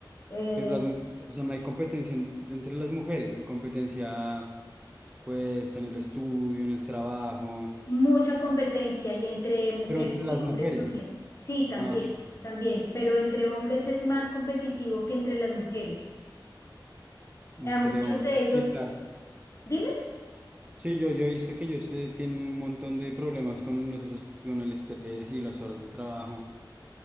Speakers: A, on the left; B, on the right.
A: eh,
B: Pero las mujeres, o sea, no hay competencia en- entre las mujeres, hay competencia pues en el estudio, en el trabajo,
A: Mucha competencia y entre mujeres
B: pero entre las
A: y
B: mujeres.
A: hombres también. Sí, también,
B: Ah, ok. ok,
A: también, pero entre hombres es
B: ok.
A: más competitivo que entre las mujeres.
B: ok. Entre
A: A muchos
B: hombres.
A: de ellos,
B: Sí, claro.
A: dime,
B: Sí, yo, yo he visto que ellos eh, tienen un montón de problemas con los, esos- con el estrés y las horas de trabajo.